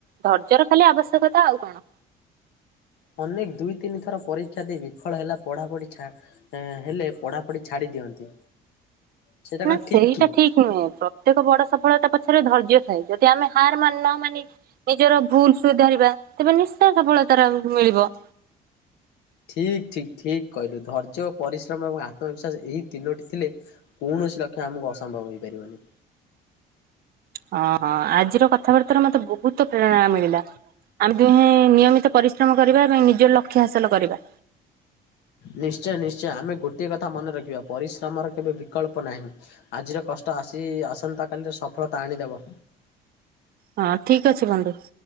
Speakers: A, on the right (about 65°); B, on the left (about 85°).
A: ଧୈର୍ଯ୍ୟ ର ଖାଲି ଆବଶ୍ୟକତା ଆଉ କଣ।
B: ଅନେକ ଦୁଇ ତିନି ଥର ପରୀକ୍ଷା ଦେଇ ବିଫଳ ହେଲା ପଢ଼ାପଢି ଛାଡ଼ ଆ ହେଲେ ପଢାପଢି ଛାଡି ଦିଅନ୍ତି। ସେଇଟା କଣ
A: ନା ସେଇଟା
B: ଠିକ କି?
A: ଠିକ। ନୁହେଁ ପ୍ରତ୍ୟେକ ବଡ ସଫଳତା ପଛରେ ଧୈର୍ଯ୍ୟ ଥାଏ। ଯଦି ଆମେ ହାର ମାନନା ମାନେ- ନିଜର ଭୁଲ ସୁଧାରିବା ତେବେ ନିଶ୍ଚୟ ସଫଳତାର ମିଳିବ।
B: ଠିକ୍ ଠିକ୍ ଠିକ୍ କହିଲୁ ଧୈର୍ଯ୍ୟ ପରିଶ୍ରମ ଏବଂ ଆତ୍ମବିଶ୍ୱାସ ଏହି ତିନୋଟି ଥିଲେ। କୌଣସି ଲକ୍ଷ୍ୟ ଆମକୁ ଅସମ୍ଭବ ହେଇପାରିବନି।
A: ହଁ ହଁ ଆଜିର କଥାବାର୍ତ୍ତାରେ ମତେ ବହୁତ ପ୍ରେରଣା ମିଳିଲା ଆମେ ଦୁହେଁ ନିୟମିତ ପରିଶ୍ରମ କରିବା ଏବଂ ନିଜର ଲକ୍ଷ୍ୟ ହାସଲ କରିବା।
B: ନିଶ୍ଚୟ ନିଶ୍ଚୟ ଆମେ ଗୋଟେ କଥା ମନେ ରଖିବା ପରିଶ୍ରମର କେବେ ବିକଳ୍ପ ନାହିଁ। ଆଜିର କଷ୍ଟ ଆସି ଆସନ୍ତା କାଲିରେ ସଫଳତା ଆଣିଦବ।
A: ହଁ ଠିକ ଅଛି ବନ୍ଧୁ